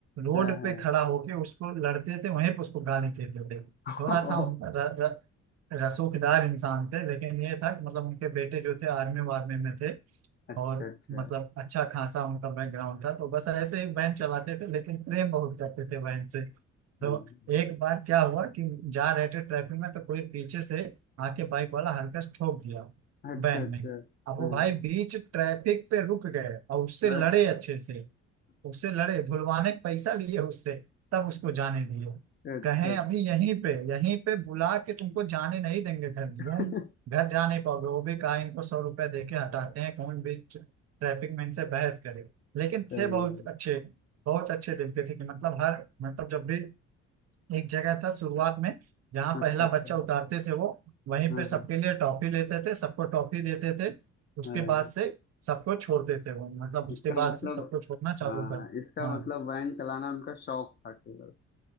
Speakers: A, on the right; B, on the left.
A: रोड
B: है है
A: पे खड़ा होके उसको लड़ते थे वहीं पे उसको गाली देते थे थोड़ा
B: <laughs>
A: था उन र, र, रसूखदार इंसान थे लेकिन ये था कि मतलब उनके बेटे जो थे आर्मी वार्मी में थे
B: अच्छा
A: और
B: अच्छा
A: मतलब अच्छा खासा उनका बैकग्राउंड था तो बस ऐसे ही वैन चलाते थे लेकिन प्रेम बहुत करते थे वैन से
B: हम्म
A: तो एक बार क्या हुआ कि जा रहे थे ट्रैफिक में तो कोई पीछे से आके बाइक वाला हल्का से ठोक दिया
B: अच्छा
A: वैन
B: अच्छा
A: में अब
B: हाँ
A: वो भाई बीच ट्रैफिक पे रुक गए और उससे
B: अरे
A: लड़े अच्छे से उससे लड़े धुलवाने का पैसा लिए उससे तब उसको जाने दिए
B: अरे अच्छा
A: कहें
B: अच्छा
A: अभी यहीं पे यहीं पे बुला के तुमको जाने नहीं देंगे घर
B: <laughs>
A: घूम घर जा नहीं पाओगे वो भी कहा इनको सौ रुपया दे के हटाते हैं कौन भी ट्रैफिक में इनसे बहस करे लेकिन
B: सही
A: थे बहुत
B: है
A: अच्छे बहुत अच्छे दिल के थे कि मतलब हर मतलब जब भी एक जगह था शुरुआत में जहाँ
B: अच्छा
A: पहला
B: अच्छा
A: बच्चा उतारते थे वो वहीं
B: हाँ
A: पे सबके
B: हाँ
A: लिए टॉफी लेते थे सबको टॉफी देते थे उसके
B: हाँ,
A: बाद से सबको छोड़ते थे वो मतलब उसके
B: इसका
A: बाद
B: मतलब
A: से सबको छोड़ना चालू
B: हाँ
A: कर
B: इसका
A: हाँ
B: मतलब वैन चलाना उनका शौक था केवल